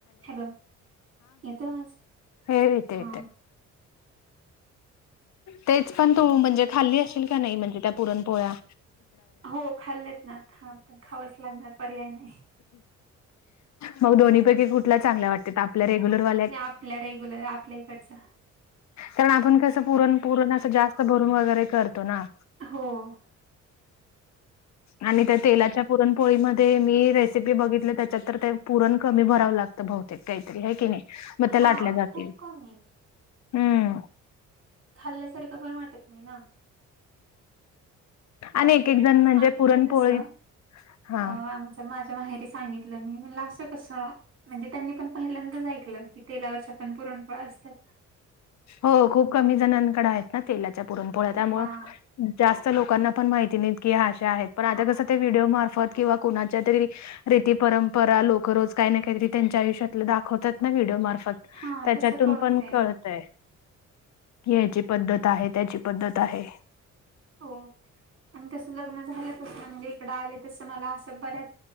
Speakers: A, on the right; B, on the left.
A: Hello येतो आज
B: ह रेत
A: हा
B: ेत तेच पण तो म्हणजे खाल्ली असशेल का नाही म्हणजे त्या पुरण पोळ्या
A: हो खाल्लेत ना ख खावंच लागणार पर्याय नाही
B: मग दोन्हीपैकी कुठला चांगला वाटते र <unintelligible>
A: आपल्या रेग्युलर आपल्या इकडचा <unintelligible>
B: कारण आपण कसं पुरण पुरण असं जास्त भरून वगैरे करतो ना
A: हो <unintelligible>
B: आणि त्या तेलाच्या पुरणपोळीमध्ये मी रेसिपी बघितली त्य च्यात तर ते पुरण कमी भरावं लागत बहतेक काहीतरी आहे की नाही मग त्या
A: हा
B: लाटल्या जातील
A: खूप कमी
B: हम्म
A: खाल्ल्यासारखं पण वाटत नाही ना
B: आणि
A: आमच्या
B: एक
A: इकडे
B: एक जण
A: मी सांगितलं
B: म्हणजे पुरणपोळी
A: तस अ
B: हा
A: आ माझ्या माहेरी सांगितलं मी म्हला असं कसं <unintelligible> म्हणजे त्यांनी पण पहिल्यांदाच ऐकलं की तेलावरच्या पण पुरणपळ असतात
B: हो खूप कमी जणांकड आहेत ना तेलाच्या पुरण पोळ्या त्यामु
A: हा
B: <unintelligible> जास्त लोकांना पण माहिती नाहीत की अशा आहेत पण ता कसं ते व्हिडिओ मार्फत किंवा कोणाच्या तरी रीती परंपरा लोक रोज काय ना काही तरी त्यांच्या आय ष्यातलं दाखवतात ना व्हिडिओ मार्फत
A: हा
B: त्याच्यातून
A: तसं
B: पण कळतय
A: मग
B: याची पद्धत आहे त्याची पद्धत आहे
A: हो आणि तसं लग्न झालं तस म्हणजे इकडं आले तस मला असं बऱ्या